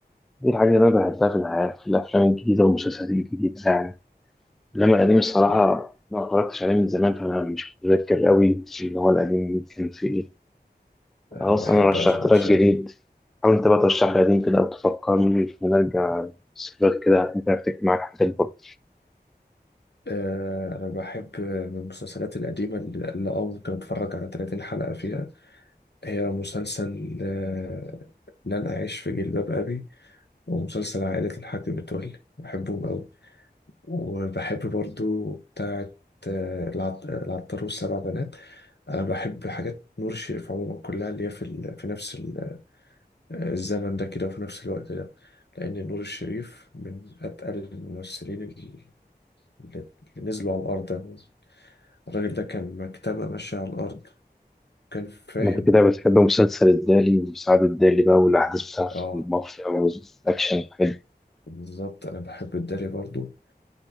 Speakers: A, in the centre; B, on the left.
A: دي الحاجة اللي أنا بحبها في الحياة في الأفلام الجديدة والمسلسلات الجديدة يعني إنما القديم الصراحة
B: أه
A: ما اتفرجتش عليه من زمان فأنا مش متذكر قوي اللي هو القديم كان فيه إيه
B: أنا
A: خلاص
B: بحب
A: أنا رشحت
B: أشغل
A: لك
B: شقة
A: جديد حاول أنت بقى ترشح لي قديم كده أو تفكرني ونرجع ذكريات كده ممكن أفتكر معاك حاجات برضه
B: آه، أنا بحب من المسلسلات القديمة اللي اللي أه ممكن أتفرج على 30 حلقة فيها هي مسلسل آه، لن أعيش في جلباب أبي ومسلسل عائلة الحاج متولي بحبهم أوي وبحب برضو بتاعة آه، العط- العطار والسبع بنات أنا بحب حاجات نور الشريف عموما كلها اللي هي في, ال... في نفس ال... الزمن ده كده وفي نفس الوقت ده لأن نور الشريف من أتقل الممثلين اللي اللي نزلوا على الأرض يعني. الراجل ده كان مكتبة ماشية على الأرض كان فاهم
A: ما أنت كده بتحب مسلسل الدالي وسعد الدالي بقى والأحداث بتاعته
B: آه
A: والمافيا والأكشن والحاجات
B: بالظبط أنا بحب الداري برضو